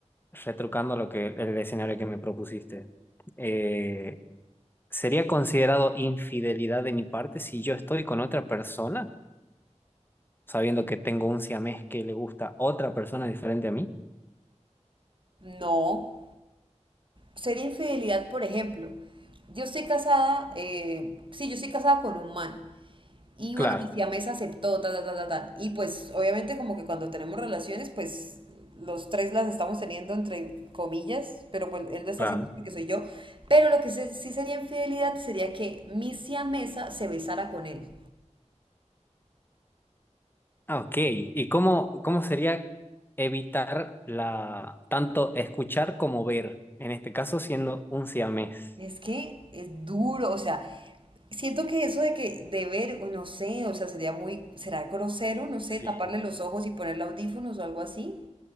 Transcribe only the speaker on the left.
retrucando lo que el escenario que me propusiste. Eh, ¿sería considerado infidelidad de mi parte si yo estoy con otra persona, sabiendo que tengo un siamés que le gusta otra persona diferente a mí?
Claro,
claro.
Ah, Ok, ¿y cómo, cómo sería evitar la tanto escuchar como ver? En este caso siendo un siamés.
Sí.